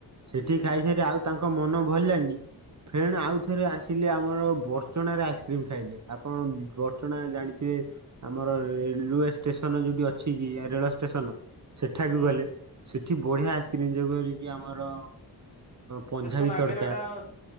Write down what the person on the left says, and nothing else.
ହୁଁ।
ହୁଁ
ହୁଁ
ଷ୍ଟେସନ
ଆଗରେ, ଗୋଟା ହଁ,